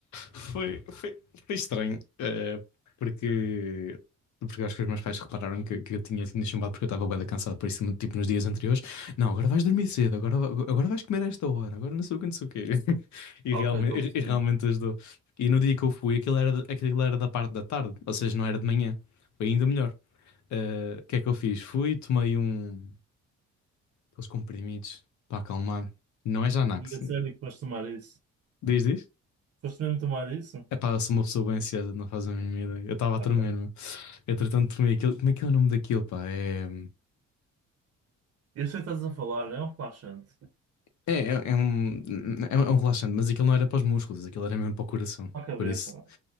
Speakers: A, on the left; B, on the right.
A: foi, foi, foi estranho, eh, porque, porque acho que os meus pais repararam que, que eu tinha sido chumbado porque eu estava bué da cansado, por isso, tipo, nos dias anteriores, não, agora vais dormir cedo, agora, va- agora vais comer a esta hora, agora não sei o que, não sei o quê. <laughs> E
B: Ok,
A: realmente,
B: estou a perceber.
A: e realmente ajudou. E no dia que eu fui, aquilo era, da- aquilo era da parte da tarde, ou seja, não era de manhã, foi ainda melhor eh, o que é que eu fiz? Fui, tomei um, aqueles comprimidos para acalmar. Não é Xanax.
B: E a sério que foste tomar isso?
A: Diz, diz?
B: Foste mesmo tomar isso?
A: É pá, eu sou uma pessoa bem ansiosa, não faz a mínima ideia. Eu estava a
B: Ok.
A: tremer-me. Entretanto, tomei aquilo. Como é que é o nome daquilo, pá? É.
B: Eu sei o que estás a falar, é um relaxante.
A: É, é, é um, é, um é um relaxante, mas aquilo não era para os músculos, aquilo era mesmo para o coração.
B: Para a cabeça.
A: Por isso,